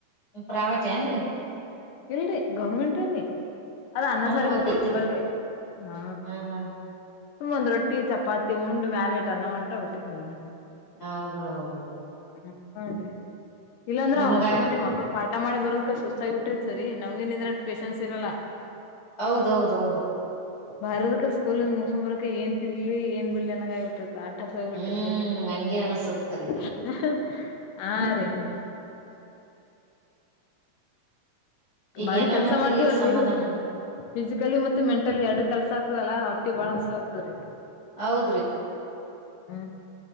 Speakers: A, on the left (about 35°); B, on the left (about 75°).
A: ಪ್ರೈವೇಟ್ ಏನ್ರಿ
B: ಇಲ್ರಿ ಗೌರ್ಮೆಂಟ್ ಅಲ್ಲಿ. ಅದ ಅನ್ನ
A: ಅಂದ್ರ
B: ಸಾರಿ ಹೊಟ್ಟಿ
A: ಐತ್ರಿ
B: ತುಂಬಲ್ರಿ ಹಾ
A: ಹ್ಮ್ ಹ್ಮ್
B: ಹು ಒಂದ ರೊಟ್ಟಿ ಚಪಾತಿ ಉಂಡ್ ಮ್ಯಾಲೆಟ್ ಅನ್ನ ಉಡ್ರೆ ಹೊಟ್ಟಿ ತುಂಬುತೆ.
A: ಹೌದು ಹೌದೌದು.
B: ಹ ಅದರಿ ಇಲ್ಲಾಂದ್ರ
A: ನಮ್ಗ
B: ಅಷ್ಟು ಮಂದಿ ಮಕ್ಳು. ಪಾಠ ಮಾಡಿ ಬರದಕ ಸುಸ್ತಾಗಿ ಬಿಟ್ಟಿತ್ರಿ ನಮ್ಗೆನ್ಂದ್ರಷ್ಟ ಪೇಶನ್ಸ್ ಇರಲ್ಲ.
A: ಹೌದೌದೌದರಿ
B: ಬರೋದಕ ಸ್ಕೂಲ್ ಮುಗಸೊಂಡಂಬರಕ ಏನ್ ತಿನ್ಲಿ ಏನ್ ಬಿಡ್ಲಿ ಅನಗ ಆಗತಿ
A: ಹ್ಮ್ ಹಂಗೆ ಅನ್ಸುತ್ತರಿ
B: <unintelligible> ಹರೀ
A: ಹ್ಮ್ ಈಗ
B: ಬರೀ
A: ಏನಾನ
B: ಕೆಲ್ಸ
A: ತಿನ್ಲಿಕ್
B: ಮಾಡ್ತೀವಲ್ರರಿ.
A: ಸಮಾಧಾನ ಇಲ್ಲ.
B: ಫಿಸಿಕಲಿ ಮತ್ತ ಮೆಂಟಲ್ ಎರಡು ಕೆಲ್ಸ ಆಗ್ತದಲ್ಲ ಹೊಟ್ಟಿ ಬಾಳ ಹಾಸಿ ಆಗ್ತದ್ರೀ
A: ಹೌದ್ರಿ.
B: ಹ್ಮ್